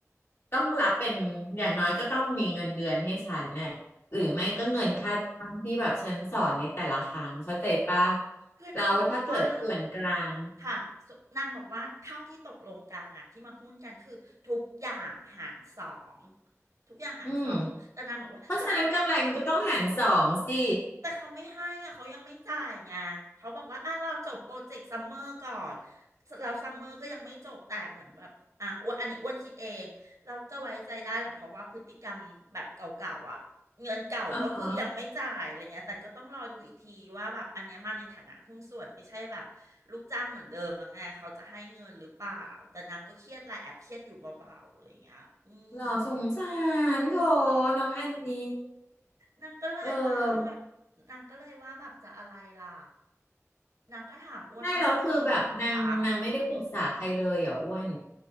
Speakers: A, on the left; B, on the right.
A: ต้องรับเป็นอย่างน้อยก็ต้องมีเงินเดือนให้ฉันน่ะหรือไม่ก็เงินค่าจ้างที่แบบฉันสอนในแต่ละครั้งเข้าใจปะ
B: คือนางบอกว่า
A: แล้วถ้าเกิดส่วนกลาง
B: ค่ะสุนางบอกว่าเท่าที่ตกลงกันนะที่มาหุ้นกันคือทุกอย่างหารสองทุกอย่างหารสองแต่นางบอกว่าเอาทำ
A: อืมเพราะฉะนั้นกำไรมันก็ต้องหารสองสิ
B: แต่เขาไม่ให้อะเขายังไม่จ่ายไงเขาบอกว่าอ่ะเราจบโปรเจกต์ซัมเมอร์ก่อนเราซัมเมอร์ก็ยังไม่จบแต่เหมือนแบบอ่ะอ้วนอันนี้อ้วนคิดเองเราจะไว้ใจได้เหรอเพราะว่าพฤติกรรมแบบเก่าๆอ่ะเงินเก่าก็คือยังไม่จ่ายอะไรเงี้ยแต่ก็ต้องรอดูอีกทีว่าแบบอันเนี้ยมาในฐานะหุ้นส่วนไม่ใช่แบบลูกจ้างเหมือนเดิมแล้วไงเขาจะให้เงินหรือเปล่าแต่นางก็เครียดแหละแอบเครียดอยู่เบาๆอะไรเงี้ยอืม
A: อ๋อฮะหล่อสงสารโถน้องแอนนี่
B: นางก็เลยว่าแบบ
A: เออ
B: นางก็เลยว่าแบบจะอะไรล่ะ นางก็ถามอ้วนว่าแบบ
A: ใช่เราคือแบบนางนางไม่ได้ปรึกษาใครเลยอ่ะอ้วน
B: หา